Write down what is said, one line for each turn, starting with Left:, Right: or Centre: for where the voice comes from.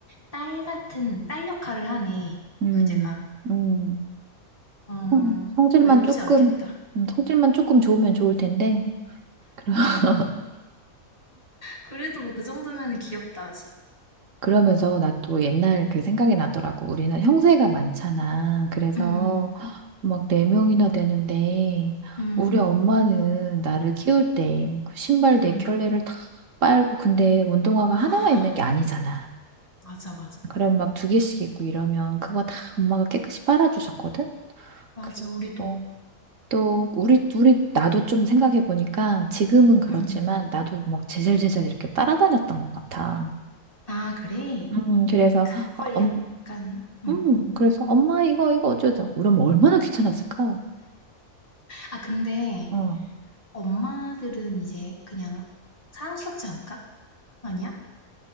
Left: 딸 같은, 딸 역할을 하네,
Right: 음,
Left: 둘째가.
Right: 음,
Left: 음,
Right: 성- 성질만
Left: 외롭지
Right: 조금,
Left: 않겠다.
Right: 음, 성질만 조금 좋으면 좋을 텐데. 그러- <laughs>
Left: 그래도 뭐 그 정도면 귀엽다, 아직.
Right: 그러면서 나 또 옛날
Left: 음,
Right: 그 생각이 나더라고. 우리는 형제가 많잖아. 그래서
Left: 음,
Right: 막 네 명이나 되는데
Left: 음.
Right: 우리 음. 엄마는 나를 키울 때 그 신발 네
Left: 응.
Right: 켤레를 다 빨고 근데 운동화가 하나만
Left: 아,
Right: 있는 게 아니잖아.
Left: 맞아, 맞아.
Right: 그럼 막 두 개씩 있고 이러면 그거 다 엄마가 깨끗이 빨아주셨거든?
Left: 맞아,
Right: 그리고
Left: 우리도.
Right: 또 우리 우리 나도 좀 생각해 보니까 지금은 그렇지만
Left: 응.
Right: 나도 막 제잘제잘 이렇게 따라다녔던 것 같아.
Left: 아, 그래?
Right: 음 그래서
Left: 그걸
Right: 어, 엄,
Left: 약간, 응.
Right: 음 그래서 엄마 이거 이거 어쩌죠? 우리 엄마 얼마나 귀찮았을까?
Left: 아, 근데
Right: 어
Left: 엄마들은 이제 그냥 사랑스럽지 않을까? 아니야?